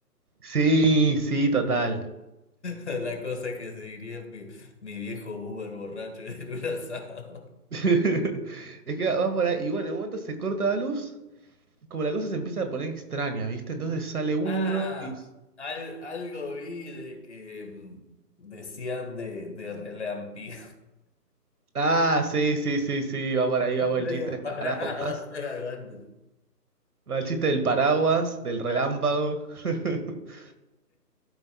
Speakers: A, on the right; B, on the left.
A: Sí, sí, total.
B: La la cosa que se diría mi, mi viejo Uber borracho <laughs> en un asado.
A: <laughs> Es que va por ahí. Y bueno, en un momento se corta la luz, como la cosa se empieza a poner extraña, ¿viste? Entonces sale uno
B: Ah,
A: y...
B: al- algo vi de que mm, decían de, de relampi.
A: Ah, sí, sí, sí, sí, va por ahí, va
B: <laughs>
A: por
B: Medio
A: el chiste del
B: parado,
A: paraguas.
B: estoy hablando.
A: Va el chiste del paraguas, del relámpago. <laughs>